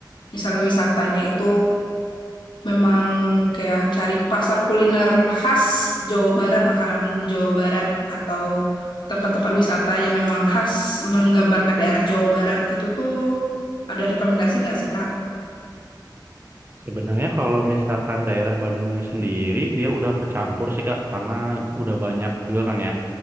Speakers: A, on the left (about 70°); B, on the right (about 30°).
A: misalnya wisatanya itu memang kayak cari pasar kuliner khas Jawa Barat, makanan Jawa Barat atau tempat-tempat wisata yang memang khas menggambarkan daerah Jawa Barat itu tuh ada rekomendasi nggak sih Kak?
B: Sebenarnya kalau misalkan daerah Bandungnya sendiri dia udah kecampur sih Kak karena udah banyak juga kan ya